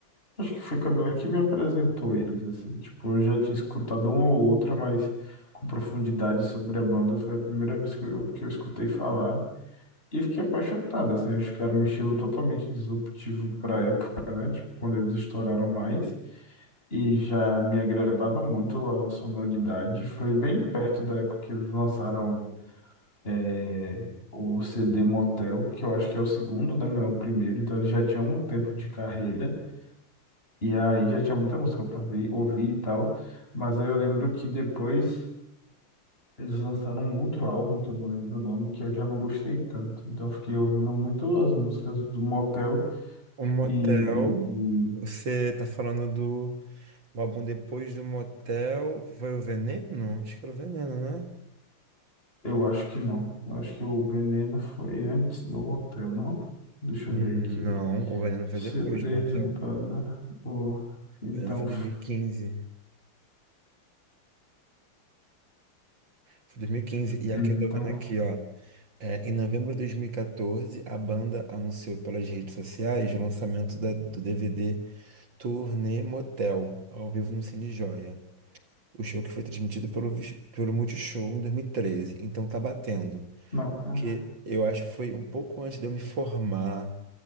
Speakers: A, on the left; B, on the right.
A: Acho que foi Camila que me apresentou eles, assim. Tipo, eu já tinha escutado uma ou outra, mas com profundidade sobre a banda foi a primeira vez que eu, que eu escutei falar. E fiquei apaixonado, assim, acho que era um estilo totalmente disruptivo para a época, né? Tipo, quando eles estouraram mais. E já me agradava muito a sonoridade. Foi bem perto da época que eles lançaram é, o CD Motel, que eu acho que é o segundo, né? Não é o primeiro. Então eles já tinham um tempo de carreira. E aí já tinha muita música para ouvir e tal. Mas aí eu lembro que depois. Eles lançaram um outro álbum, que eu não lembro o nome, que eu já não gostei tanto. Então eu fiquei ouvindo muito as músicas do Motel
B: O motel,
A: e, e- e
B: você tá falando do o álbum depois do motel, foi o Veneno? Acho que era o Veneno, né?
A: eu acho que não. Eu acho que o Veneno foi antes do Motel, não? Deixa
B: Hum,
A: eu ver aqui.
B: Não, o Veneno foi
A: CDs,
B: depois do motel.
A: banda. ou então,
B: O Veneno foi 2015. Foi 2015. E quinze. E aqui
A: então,
B: eu tô vendo aqui, ó. É, em novembro de 2014, a banda anunciou pelas redes sociais o lançamento da- do DVD Turnê Motel, ao vivo no Cine Joia. O show que foi transmitido pelo, Vis- pelo Multishow em 2013. Então tá batendo.
A: não. é
B: Que eu acho que foi um pouco antes de eu me formar.